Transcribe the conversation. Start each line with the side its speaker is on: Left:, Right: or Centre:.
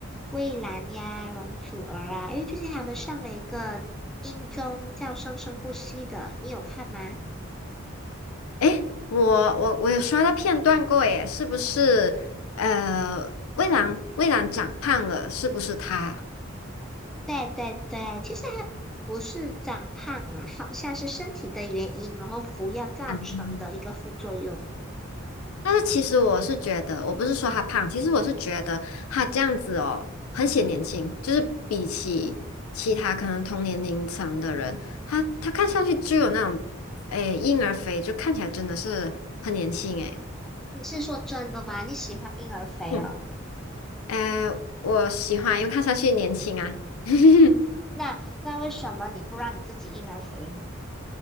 Centre: 蔚蓝呀、容祖儿啊，因为最近他们上了一个音综叫《生生不息》的，你有看吗？
Left: 诶，我我我有刷到片段过，耶，是不是？呃，蔚蓝蔚蓝长胖了，是不是他？
Centre: 对对对，其实还不是长胖啦，好像是身体的原因，然后服药造成的一个副作用。
Left: 嗯，但是其实我是觉得，我不是说他胖，其实我是觉得他这样子哦，很显年轻，就是比起其他可能同年龄层的人，他他看上去就有那种，诶，婴儿肥，就看起来真的是很年轻诶。
Centre: 你是说真的吗？你喜欢婴儿肥哦？
Left: 嗯，诶，我喜欢，因为看上去年轻啊。<laughs>
Centre: 那那为什么你不让你自己婴儿肥呢？